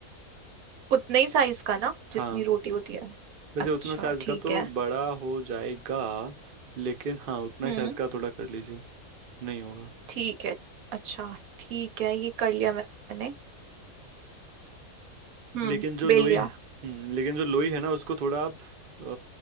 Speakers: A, on the right; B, on the right.
A: उतने ही साइज का ना जितनी
B: हाँ
A: रोटी होती है
B: वैसे
A: अच्छा
B: उतना साइज
A: ठीक
B: का तो
A: है
B: बड़ा हो जाएगा लेकिन हाँ उतना ही
A: हम्म
B: साइज का थोड़ा कर लीजिए नहीं होगा
A: ठीक है अच्छा ठीक है ये कर लिया मैंने हम्म
B: लेकिन जो
A: बेल
B: लोई
A: लिया
B: है हम्म, लेकिन जो लोई है ना उसको थोड़ा आप अ,